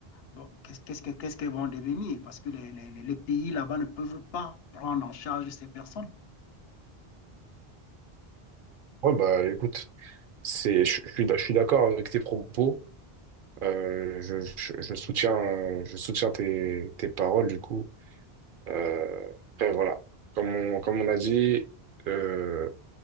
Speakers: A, on the left (about 75°); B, on the right (about 65°).
A: Bon, qu'est-ce qu'est-ce qu'est-ce qu'elles vont devenir? Parce que les, les- les- les pays là-bas ne peuvent pas prendre en charge ces personnes.
B: Ouais, bah écoute, c'est, je, je suis d'a- je suis d'accord avec tes propos. Euh, je, je, je soutiens, euh, je soutiens tes, tes paroles, du coup. Euh, après, voilà. Comme on, comme on a dit, euh,